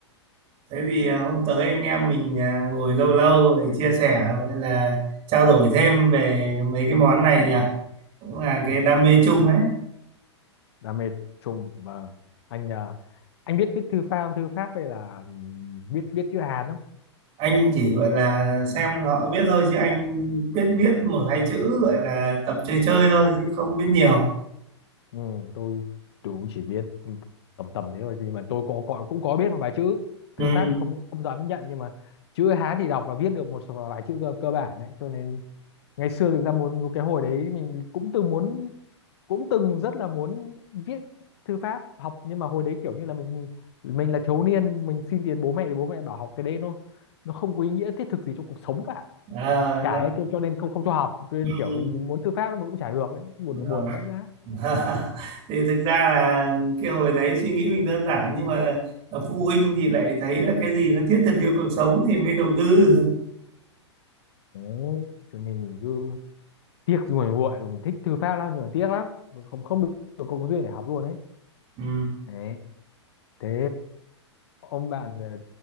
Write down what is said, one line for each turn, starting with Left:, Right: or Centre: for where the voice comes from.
Right: thế thì à, hôm tới anh em mình à, ngồi lâu lâu để chia sẻ gọi là trao đổi thêm về mấy cái món này nhỉ cũng là cái
Left: Ừ.
Right: đam mê chung đấy
Left: đam mê chung và anh à, anh biết viết thư pháp thư pháp hay là biết viết chữ Hán không
Right: anh chỉ gọi là xem họ biết thôi chứ anh biết biết một hai chữ gọi là tập chơi chơi thôi chứ không biết nhiều
Left: ừ, tôi tôi cũng chỉ biết tầm tầm thế thôi nhưng mà tôi có, có cũng có biết một vài chữ
Right: ừ.
Left: thư pháp thì không không dám nhận nhưng mà chữ Hán thì đọc và viết được một số vài chữ cơ, cơ bản đấy cho nên ngày xưa thực ra muốn cái hồi đấy mình cũng từng muốn cũng từng rất là muốn viết thư pháp học nhưng mà hồi đấy kiểu như là mình mình là thiếu niên mình xin tiền bố mẹ thì bố mẹ bảo học cái đấy nó nó không có ý nghĩa thiết thực gì trong cuộc sống cả
Right: À,
Left: cãi
Right: nó-
Left: cho, cho nên không không cho học cho nên
Right: ừ.
Left: kiểu mình mình muốn thư pháp nó mà cũng chả được đấy buồn
Right: Rồi.
Left: buồn vãi đái
Right: <laughs> thì thực ra là cái hồi đấy suy nghĩ mình đơn giản nhưng mà phụ huynh thì lại thấy là cái gì nó thiết thực yêu cuộc sống thì mới đầu tư
Left: đấy cho nên mình cứ tiếc ruồi muội mình thích thư pháp lắm nhưng mà tiếc lắm không không được không có duyên để học luôn đấy
Right: ừ.
Left: đấy thế ông bạn ờ,